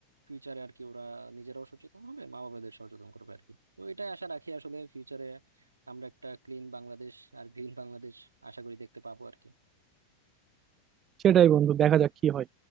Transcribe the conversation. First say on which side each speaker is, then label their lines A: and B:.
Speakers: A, on the right (about 80°); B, on the right (about 30°).
A: ফিউচারে আর কি ওরা নিজেরাও সচেতন হবে মা বাবাদের সচেতন করবে আর কি তো এটাই আশা রাখি আসলে ফিউচারে আমরা একটা ক্লিন বাংলাদেশ আর গ্রিন বাংলাদেশ আশা করি দেখতে পাবো আর কি
B: সেটাই বন্ধু দেখা যাক কি হয়